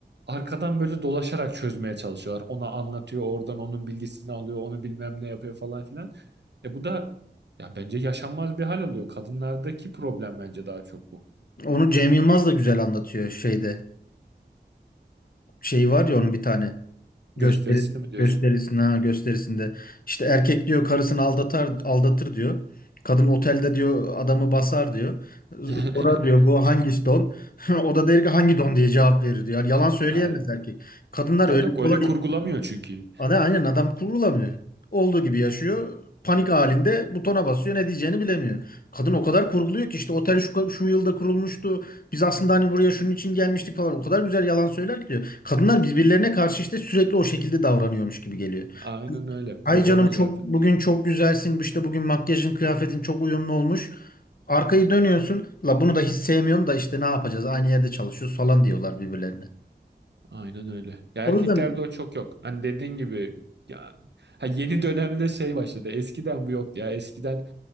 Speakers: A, on the right; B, on the left.
A: arkadan böyle dolaşarak çözmeye çalışıyorlar. Ona anlatıyor, oradan onun bilgisini alıyor, onu bilmem ne yapıyor falan filan. E bu da ya bence yaşanmaz bir hal alıyor. Kadınlardaki problem bence daha çok bu.
B: Onu Cem Yılmaz da güzel anlatıyor şeyde. Şey var ya onun bir tane. Gösteri,
A: Gösterisini mi diyorsun?
B: gösterisinde, ha, gösterisinde. İşte erkek diyor karısını aldatar, aldatır diyor. Kadın otelde diyor adamı basar diyor.
A: <laughs>
B: sonra diyor bu hangi don? <laughs> O da der ki hangi don diye cevap verir diyor. Yani yalan söyleyemez
A: Yani,
B: erkek. Kadınlar
A: tabii
B: öyle
A: tabii
B: kolay
A: öyle kurgulamıyor çünkü.
B: Adam, aynen adam kurulamıyor. Olduğu gibi yaşıyor. Panik halinde butona basıyor. Ne diyeceğini bilemiyor. Kadın o kadar kurguluyor ki işte otel şu, şu yılda kurulmuştu. Biz aslında hani buraya şunun için gelmiştik falan. O kadar güzel yalan söyler ki diyor. Kadınlar birbirlerine karşı işte sürekli o şekilde davranıyormuş gibi geliyor.
A: Aynen öyle. Problem
B: Ay canım
A: o
B: çok
A: zaten.
B: bugün çok güzelsin. İşte bugün makyajın kıyafetin çok uyumlu olmuş. Arkayı dönüyorsun. La bunu da hiç sevmiyorum da işte ne yapacağız? Aynı yerde çalışıyoruz falan diyorlar birbirlerine.
A: Aynen öyle. Ya
B: O
A: erkeklerde
B: yüzden
A: o çok yok. Hani dediğin gibi ya ha yeni dönemde şey başladı. Eskiden bu yoktu ya. Eskiden